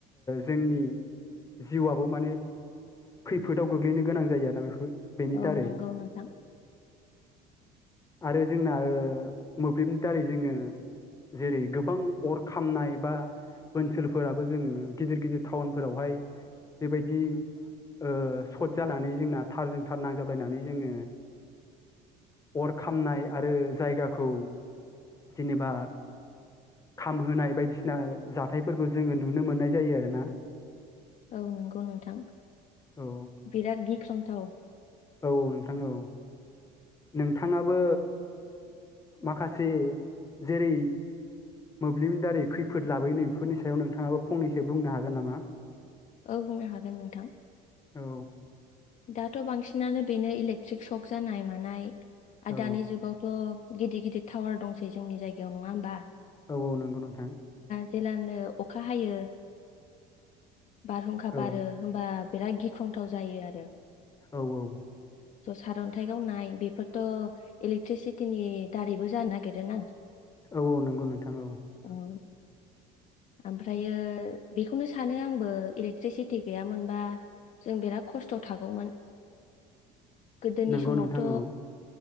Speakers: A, on the left (about 20°); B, on the left (about 40°).
A: जोंनि जिउआआबो माने खैफोदाव गोग्लैनो गोनां जायो आरोना बेफोर बेनि
B: औ
A: दारै
B: नंगौ नोंथां।
A: आरो जोंना ओ मोब्लिबनि दारै जोङो जेरै गोबां अर खामनाय बा ओनसोलफोराबो जों गिदिर गिदिर टाउनफोरावहाय बेबायदि ओ सर्ट जानानै जोंना थारजों थार नांजाबलायनानै जोङो अर खामनाय आरो जायगाखौ जेनेबा खामहोनाय बायदिसिना जाथायफोरखौ जोङो नुनो मोननाय जायो आरोना।
B: औ नंगौ नोंथां
A: औ
B: बिराद गिख्रंथाव।
A: औ नोंथां औ नोंथाङाबो माखासे जेरै मोब्लिबनि दारै खैफोद लाबोयो नै बेफोरनि सायाव नोंथाङाबो फंनैसो बुंनो हागोन नामा?
B: औ बुंनो हागोन नोंथां
A: औ
B: दाथ' बांसिनानो बेनो इलेकट्रिक सक जानाय मानाय आरो
A: औ
B: दानि जुगावथ' गिदिर गिदिर टावार दंसै जोंनि जायगायाव नङा होनोमबा?
A: औ औ नंगौ नोंथां।
B: जेलानो अखा हायो बारहुंखा बारो
A: औ
B: होमबा बिराद गिख्रंथाव जायो आरो।
A: औ औ
B: ज' सारन्थाइ गावनाय बेफोरथ' इलेक्ट्रिसिटिनि दारैबो जानो नागिरो ना।
A: औ औ नंगौ नोंथां औ।
B: औ ओमफ्रायो बेखौनो सानो आंबो इलेक्ट्रिसिटि गैयामोनबा जों बिराद खस्थ' थागौमोन गोदोनि
A: नंगौ
B: समावथ'
A: नोंथां औ